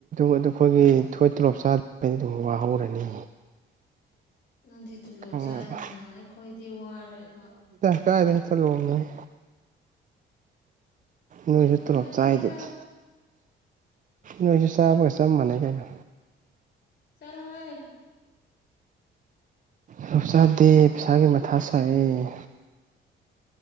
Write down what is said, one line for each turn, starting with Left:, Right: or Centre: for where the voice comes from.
Right: ꯑꯩꯈꯣꯏꯒꯤ <unintelligible> ꯊꯣꯏ ꯇꯣꯂꯣꯞ ꯆꯥꯗ ꯑꯗꯨꯝ ꯋꯥꯍꯧꯔꯅꯤ
Left: ꯅꯪꯗꯤ ꯇꯨꯂꯣꯞ
Right: ꯈꯪꯉꯕ
Left: ꯆꯥꯏꯅ ꯑꯩꯈꯣꯏꯗꯤ ꯋꯥꯔꯦꯕ
Right: ꯀꯥꯗꯥꯏꯗꯒꯤ ꯇꯣꯂꯣꯞꯅꯣꯍꯦ ꯅꯣꯏꯁꯨ
Left: ꯌꯥꯔꯦꯗ
Right: ꯇꯣꯂꯣꯞ ꯆꯥꯏꯗꯨꯗꯤ ꯅꯣꯏꯁꯨ ꯆꯥꯕꯒ ꯆꯞ ꯃꯥꯟꯅꯩ ꯀꯩꯅꯣ
Left: ꯆꯂꯣꯍꯦ
Right: ꯆꯞ ꯆꯥꯗꯦ ꯄꯩꯁꯥꯒꯤ ꯃꯊꯥ ꯁꯥꯏꯌꯦ